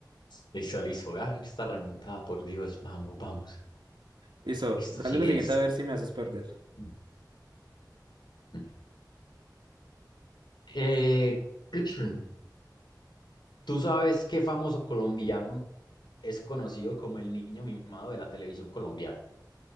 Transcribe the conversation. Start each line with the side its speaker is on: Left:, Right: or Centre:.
Left: Listo, listo. Ah, está remontada, por Dios. Vamos, vamos.
Right: Listo,
Left: Listo,
Right: dale
Left: sigue
Right: la siguiente
Left: esta.
Right: a ver si me haces perder.
Left: Mm, mm. Eh, <clears throat> ¿tú sabes qué famoso colombiano es conocido como el niño mimado de la televisión colombiana?